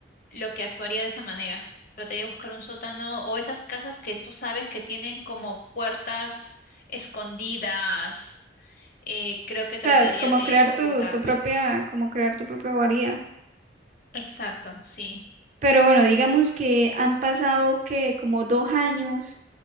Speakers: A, on the left; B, on the right.
A: lo que actuaría de esa manera. Trataría de buscar un sótano o esas casas que tú sabes que tienen como puertas escondidas. Eh, creo que
B: O
A: trataría
B: sea, como
A: de
B: crear
A: ocultarme.
B: tu, tu propia, como crear tu propia guarida.
A: Exacto, sí.
B: Pero bueno, digamos que han pasado que como dos años